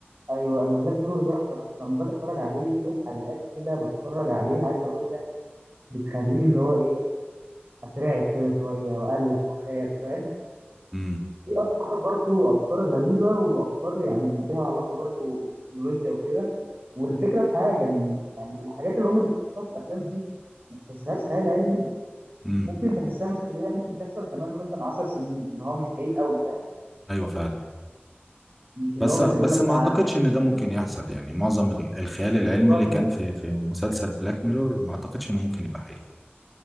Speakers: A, on the right; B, in the centre.
A: ايوه انا بلاك ميرور ده اتفرجت لما باجي اتفرج عليه في حلقات كده بتفرج عليه عايز اقول لك بتخليني اللي هو ايه اترعب كده شويه واقلق وخايف فاهم
B: امم
A: في افكار برضو افكار غريبه وافكار يعني ليها علاقه برضو بالتكنولوجيا وكده والفكره في حاجه ان يعني الحاجات اللي هم بيحطوها في الافلام دي ما تحسهاش خيال علمي
B: امم
A: ممكن تحسها مثلا اللي هي ممكن تحصل كمان مثلا 10 سنين اللي هو مش بعيد قوي فاهم
B: ايوه فعلا
A: مش اللي
B: بس
A: هو مثلا
B: بس
A: يقول لك بعد
B: ما اعتقدش
A: مثلا
B: ان ده ممكن يحصل يعني معظم ال- الخيال العلمي
A: والله
B: اللي كان في في مسلسل بلاك ميرور ما اعتقدش انه ممكن يبقى حقيقي